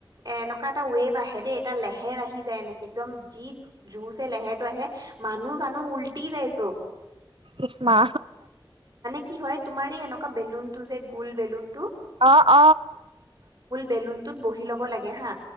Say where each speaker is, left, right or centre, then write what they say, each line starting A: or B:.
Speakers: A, on the right; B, on the right.
A: এ এনেকুৱা এটা ৱেভ আহে দেই এটা লেহেৰ আহি যায় এনেকে একদম যি জুে লেৰটো আহে মানুহ চানুহ উলটি যায় অ
B: উষ্্মা
A: কি হয় তুমাৰ এই এনেকুৱা বেলুতটো যে গোল বেলুন
B: অ অ
A: বেলুনতত বহি ল'ব লাগে হা